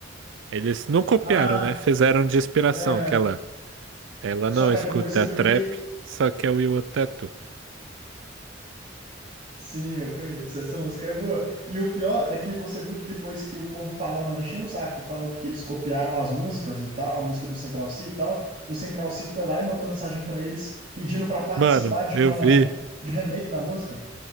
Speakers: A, on the right (about 65°); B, on the right (about 40°).
A: eles não copiaram,
B: ah,
A: né? Fizeram de inspiração
B: é...
A: aquela. Ela não
B: Só que
A: escuta
B: aí depois você viu
A: trap,
B: que...
A: só que é o Will o Teto.
B: Sim, eu conheço, essa música é boa. E o pior é que você viu que depois que o povo falando, enchendo o saco, falando que eles copiaram as músicas e tal, a música do Central C e tal, o Central C foi lá e mandou mensagem pra eles pedindo pra participar
A: Mano,
B: de
A: eu
B: uma...
A: vi,
B: re- De um remake da música.